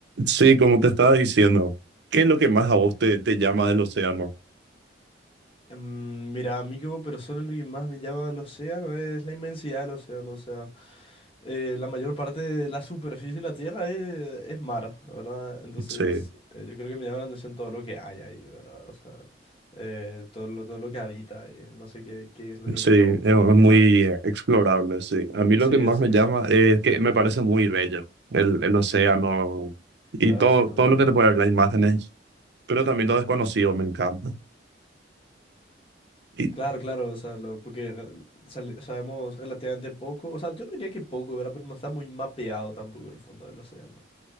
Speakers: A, on the right; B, on the left.
A: Sí, como te estaba diciendo, ¿qué es lo que más a vos te, te llama del océano?
B: Mm, Mira, a mí como persona lo que más me llama el océano es la inmensidad del océano, o sea, eh, la mayor parte de la superficie de la Tierra es, es mar, ¿verdad? Entonces,
A: Sí,
B: eh, yo creo que me llama la atención todo lo que hay ahí, ¿verdad? O sea, eh, todo lo, todo lo que habita ahí. No sé qué, qué es lo que
A: sí,
B: a vos
A: es
B: más te llama
A: muy
B: la atención.
A: eh, explorable, sí. A mí lo
B: Sí,
A: que más
B: exactamente.
A: me llama es que me parece muy bello el, el océano y
B: Ah,
A: todo,
B: sí, totalmente.
A: todo lo que te puede dar las imágenes, pero también lo desconocido me encanta. Y,
B: Claro, claro, o sea, lo- porque eh, sale- sabemos relativamente poco, o sea, yo no diría que poco, ¿verdad? Pero no está muy mapeado tampoco el fondo del océano.